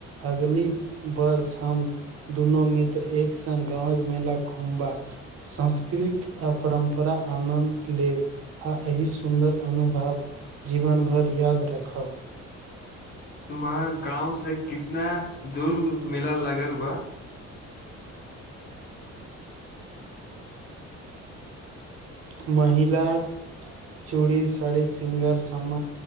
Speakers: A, on the right; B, on the left.
A: अगली वर्ष हम दुनू मित्र एक सङ्ग गाँवक मेला घूमबाक सं संकृतिक आ परम्परा आनन्द लेब आ एहि सुन्दर अनुभव जीवन भरि याद राखब
B: तुम्हार गाँव से कितना दूर मेला लागल बा
A: महिलाक चूड़ी सारि सृंगार सान